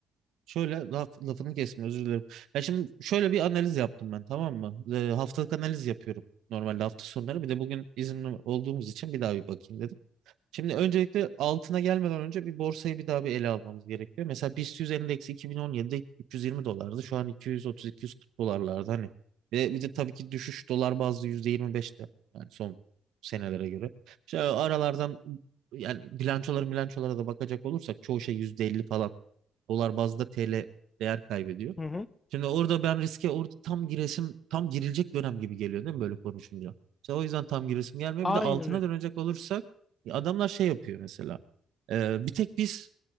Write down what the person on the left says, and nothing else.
Hı hı.
Aynen
öyle.